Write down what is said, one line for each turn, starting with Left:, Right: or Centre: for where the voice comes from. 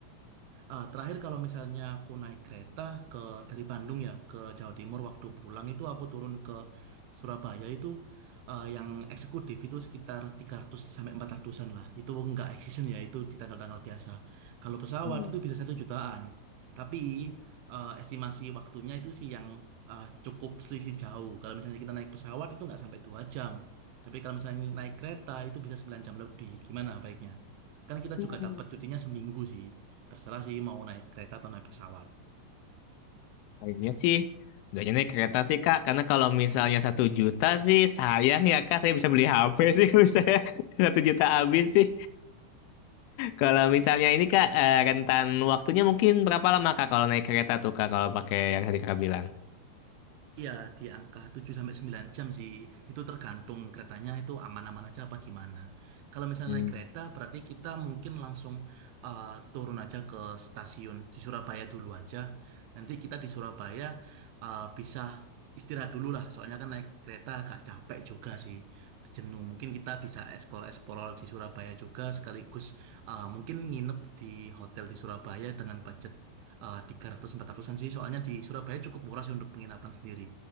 Right: Ah, terakhir kalau misalnya aku naik kereta ke dari Bandung ya ke Jawa Timur waktu pulang itu aku turun ke Surabaya itu eh, yang eksekutif itu sekitar 300 sampai empat ratusan lah. Itu nggak high season ya itu di tanggal-tanggal biasa. Kalau pesawat
Left: Hmm.
Right: itu bisa satu jutaan. Tapi eh, estimasi waktunya itu sih yang eh, cukup selisih jauh. Kalau misalnya kita naik pesawat itu nggak sampai dua jam. Tapi kalau misalnya naik kereta itu bisa 9 jam lebih. Gimana baiknya? Kan kita
Left: Hmm.
Right: juga dapat cutinya seminggu sih. Terserah sih mau naik kereta atau naik pesawat.
Left: Kayaknya sih nggak naik kereta sih kak, karena kalau misalnya satu juta sih sayang ya kak, saya bisa beli HP sih <laughs> misalnya satu juta habis sih. Kalau misalnya ini kak eh, rentan waktunya mungkin berapa lama kak kalau naik kereta tuh kak kalau pakai yang tadi kakak bilang?
Right: Iya, di angka 7 sampai 9 jam sih. Itu tergantung keretanya itu aman-aman aja apa gimana. Kalau misalnya
Left: Hmm.
Right: naik kereta berarti kita mungkin langsung eh, turun aja ke stasiun di Surabaya dulu aja. Nanti kita di Surabaya eh, bisa istirahat dulu lah. Soalnya kan naik kereta agak capek juga sih. Jenuh. Mungkin kita bisa eksplor-eksplor di Surabaya juga sekaligus eh, mungkin nginep di hotel di Surabaya dengan budget eh, tiga ratus empat ratusan sih soalnya di Surabaya cukup murah sih untuk penginapan sendiri